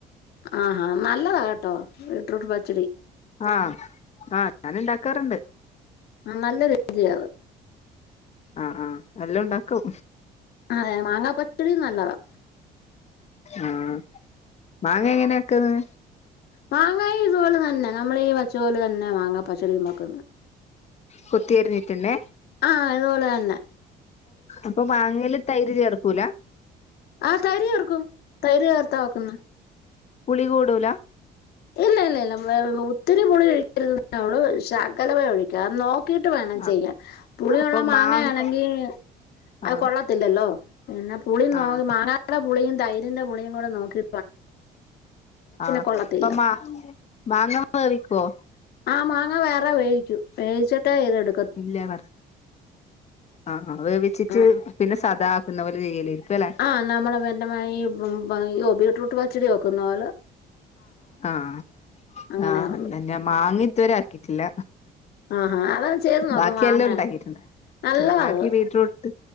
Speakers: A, on the left; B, on the left.
A: ആഹാ നല്ലതാ ട്ടോ ബീട്രൂട്ട് പച്ചടി
B: ആഹ് ആഹ് ഞാന്ണ്ടാക്കാറുണ്ട്
A: ആ നല്ലരുചിയാണ്
B: ആഹ് ആഹ് എല്ലോം ണ്ടാക്കും
A: അതെ മാങ്ങാ പച്ചടി നല്ലതാ
B: ആഹ് മാങ്ങ ങ്ങനെയ വെക്ക്ന്ന്
A: മാങ്ങായിതുപോല തന്നാ നമ്മളീ വെച്ചപോല തന്ന മാങ്ങ പച്ചടി ണ്ടാക്ക്ന്ന്
B: കൊത്തി അരിഞ്ഞിട്ടന്നെ
A: ആഹ അതുപോലെന്നെ
B: അപ്പൊ മാങ്ങേല് തൈര് ചേർക്കൂല
A: ആഹ് തൈര് ചേർക്കും തൈര് ചേർത്ത വെക്കുന്നെ
B: പുളികൂടൂല
A: ഇല്ല ല്ല ല്ല ഒത്തിരി പുളി ഒഴിക്കരുത് നമ്മള് ശകലമേ ഒഴിക്കാ നോക്ക ത്തിട്ട് വേണേൽ
B: ആഹ്
A: ചെയ്യാൻ പുളിയുള്ള
B: അപ്പൊ
A: മാങ്ങയാണെങ്കിൽ
B: മാങ്ങ
A: അ
B: ആഹ്
A: കൊള്ള ത്തില്ലല്ലോ പിന്നെ പുളിയും നോ
B: ആഹ്
A: മാങ്ങയുടെ പുളിയും തൈരിന്റെ പുളിയും കൂടെ നോക്കി
B: ആഹ്
A: കൊള്ളത്തില്ല
B: പ്പൊ മാ മാങ്ങ വേവിക്കുവോ
A: ആഹ് മാങ്ങ വേറെ വേവിക്കും വേവിച്ചിട്ട് ഇതെടു
B: ഇല്ല പറ ആഹ് ആ വേവിച്ചിട്ട്
A: ആ
B: പിന്നെ സാദാക്കുന്ന പോലെ ചെയ്യല്ലേര്ക്ക് ല്ലെ
A: ആ്ഹ് നമ്മള് <unintelligible> ഈ ബീ്ട്രൂട്ട് പച്ചടി വെക്കുന്ന പോല
B: ആഹ്
A: അങ്ങനെ
B: ആഹ്
A: ഉള്ളു
B: അല്ലന്നാ
A: അങ്ങനെയുള്ളു.
B: മാങ്ങതുവരെ ആക്കിട്ടില്ല
A: ആഹാ അത് ചെയ്ത് നോക്ക്
B: ബാക്കി
A: മാങ്ങ
B: ല്ലാം ണ്ടാക്കിട്ടുണ്ട്
A: നല്ലതാ
B: മ് ബാക്കി
A: അത്
B: ബീട്രൂറൂട്ട്